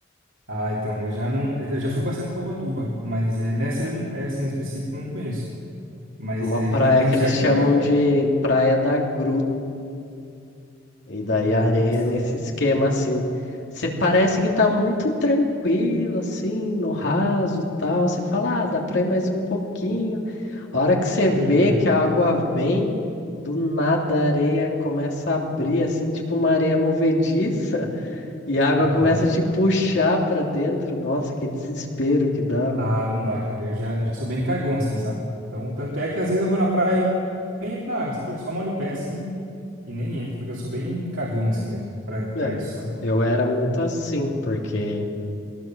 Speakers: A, on the right (about 80°); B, on the left (about 60°).
A: Ah, então, eu já não. Eu já fui bastante pra Ubatuba, mas é, nessa eu não, essa em específico eu não conheço. Mas
B: É uma
A: é,
B: praia
A: então eu tenho
B: que
A: um certo
B: eles chamam
A: medo, cara.
B: de Praia da Grua. E daí
A: Não
B: a areia
A: conheço
B: é nesse
A: também.
B: esquema assim. Você parece que tá muito tranquilo, assim, no raso e tal. Você fala, ah, dá pra ir mais um pouquinho. A hora que você vê
A: Uhum.
B: que a água vem, do nada a areia começa a abrir, assim, tipo uma areia movediça, <laughs> e a água
A: Tá
B: começa
A: doido?
B: a te puxar pra dentro. Nossa, que desespero que dava.
A: Ah, não dá, cara. Eu já, eu já sou bem cagão, assim, sabe? Então, tanto é que às vezes eu vou na praia e nem entro na água, sabia? Eu Só molho o pé, assim, e nem entro, porque eu sou bem cagão, assim mesmo, pra, pra
B: É,
A: isso, sabe?
B: eu era muito assim, porque